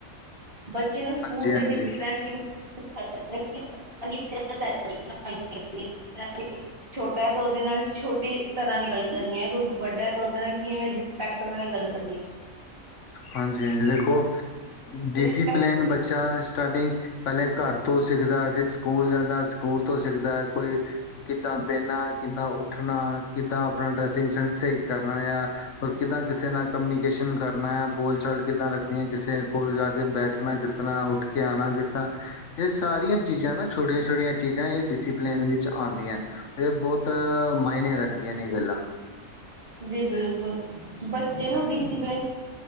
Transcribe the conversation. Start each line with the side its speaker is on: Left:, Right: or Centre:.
Right: ਬੱਚੇ ਨੂੰ
Left: ਹਾਂਜੀ
Right: ਸਕੂਲ ਤੇ
Left: ਹਾਂਜੀ
Right: ਡਪਨੰ <unintelligible> <inaudible> <unintelligible> <inaudible> ਛੋਟਾ ਤੇ, ਉਹਦੇ ਨਾਲ ਛੋਟੀ ਤਰ੍ਹਾਂ ਦੀ, ਗੱਲ ਕਰਨੀ ਹੈ, ਕੋਈ ਵੱਡਾ ਤੇ ਉਹਦੇ ਨਾਲ ਕਿਵੇਂ ਰਿਸਪੈਕਟ, ਨਾਲ ਗੱਲ ਕਰਨੀਆ
Left: ਹਾਂਜੀ, ਹਾਂਜੀ ਦੇਖੋ ਡਿਸਪਲਨ
Right: ਰਿਸਪੈਕਟ
Left: ਬੱਚ ਅੱਛਾ, ਸਟਾਰਟਿੰਗ ਪਹਿਲੇ ਘਰ ਤੋਂ ਸਿੱਖਦਾ, ਫਿਰ ਸਕੂਲ ਜਾਂਦਾ ਸਕੂਲ, ਤੋਂ ਸਿੱਖਦਾ ਕੋਈ ਕਿੱਦਾਂ ਬਹਿਣਾ, ਕਿੱਦਾਂ ਉੱਠਣਾ, ਕਿੱਦਾਂ ਆਪਣਾ ਡਰੈਸਿੰਗ ਸੈਂਸ ਸਈ ਕਰਨਾ ਆ, ਹੋਰ ਕਿੱਦਾਂ ਕਿਸੇ ਨਾਲ ਕਮਨੀਕੇਸ਼ਨ ਕਰਨਾ ਆ, ਬੋਲ ਚਾਲ ਕਿੱਦਾਂ ਰੱਖਣੀ ਹੈ, ਕਿਸੇ ਕੋਲ ਜਾ ਕੇ ਬੈਠਣਾ ਕਿਸ ਤਰ੍ਹਾਂ, ਉੱਠ ਕੇ ਆਉਣਾ ਕਿਸ ਤਰ੍ਹਾਂ ਇਹ ਸਾਰੀਆਂ ਚੀਜ਼ਾਂ ਨਾ, ਛੋਟੀਆਂ- ਛੋਟੀਆਂ ਚੀਜ਼ਾਂ ਇਹ ਡਿਸਪਲਿਨ ਵਿੱਚ ਆਉਂਦੀਆਂ ਨ ਇਹ ਬਹੁਤਾ ਮਾਇਨੇ, ਰੱਖਦੀਆਂ ਨੇ ਇਹ ਗੱਲਾਂ
Right: ਜੀ ਬਿਲਕੁਲ, ਬੱਚੇ ਨੂੰ ਡਿਸਪਲਿਨ